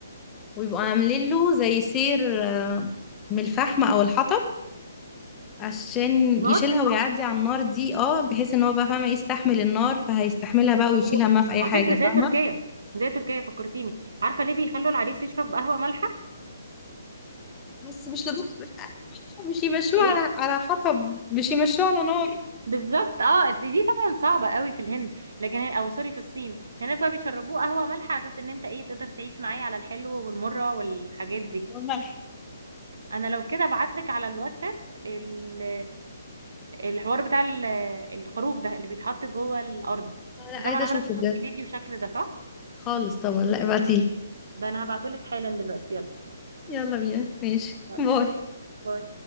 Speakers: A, on the left; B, on the right.
A: ويبقوا عاملين له زي سير آه، من الفحم أو الحطب عشان
B: نار
A: يشيلها ويعدي على النار دي اه بحيث ان هو بقى فاهمه يستحمل النار فهيستحملها بقى ويشيلها
B: و... <clears throat>
A: ما في اي
B: على
A: حاجه
B: فكرة زي
A: فاهمه
B: تركيا زي تركيا فكرتيني عارفة ليه بيخلوا العريس يشرب قهوة مالحة؟
A: بس مش لدرجه مش مش يمشوه
B: ايه؟
A: على على حطب مش يمشوه على نار
B: بالظبط اه دي طبعا صعبه قوي في الهند لكن او سوري في الصين هناك بقى بيشربوه قهوه مالحه على اساس ان انت ايه تقدر تعيش معايا على الحلو والمره والحاجات دي
A: والملح
B: انا لو كده ابعتلك على الواتساب ال- الحوار بتاع ال- الخروف ده اللي بيتحط جوه الارض
A: لا
B: انت
A: عايزه
B: طبعا
A: اشوفه
B: عمرك ما
A: بجد
B: شفت فيديو شكل ده صح
A: خالص طبعا لا ابعتيلي
B: ده انا هبعتهولك حالا دلوقتي يلا
A: يلا بينا ماشي
B: يلا
A: باي
B: باي